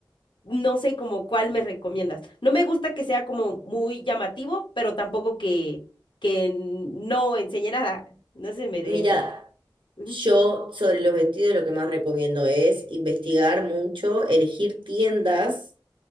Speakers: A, on the left (about 80°); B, on the right (about 75°).
A: no sé como cuál me recomiendas. No me gusta que sea como muy llamativo, pero tampoco que, que no enseñe nada. No se me dé
B: Mira,
A: a entender. Ujú.
B: yo sobre los vestidos lo que más recomiendo es investigar mucho, elegir tiendas.